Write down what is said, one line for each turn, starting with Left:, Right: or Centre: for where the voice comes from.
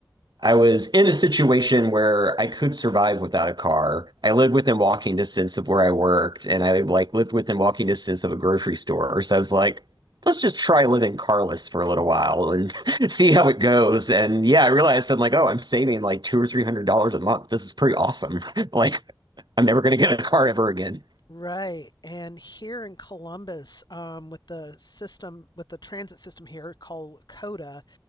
Right: I was in a situation where I could survive without a car. I lived within walking distance of where I worked, and I like lived within walking distance of a grocery store. So I was like, let's just try living carless for a little while and <laughs> see how it goes. And yeah, I realized I'm like, oh, I'm saving like two or three hundred dollars a month. This is pretty awesome. <laughs> Like, I'm never gonna get a car ever again.
Left: Right. And here in Columbus, um, with the system, with the transit system here called COTA,